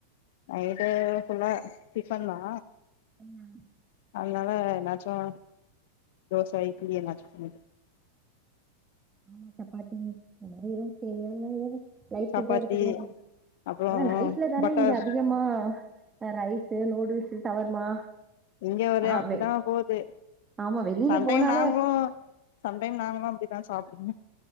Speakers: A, on the left; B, on the right.
A: நைட்டு ஃபுல்லா டிஃபன்தா
B: ம்
A: அதனால என்னாச்சு தோச இட்லி என்னாச்சு பண்ணிப்ப
B: ஆமா சப்பாத்தி இந்த மாரி எது சேமியாவு இந்த மாரி எதும் லைட் ஃபுட்டா
A: சப்பாத்தி
B: எடுத்துக்குவாங்க,
A: அப்புறோ
B: ஆனா நைட்லதானே
A: பட்டர்
B: இங்க அதிகமா இந்த ரைஸு, நூடுல்ஸ், சவர்மா
A: இங்க ஒரே
B: ஆ
A: அப்டிதா
B: வெ
A: போவுது
B: ஆமா வெளில
A: சம்டைம்
B: போனாலே
A: நாங்களு சம்டைம் நாங்களு அப்டி தா சாப்டுவோ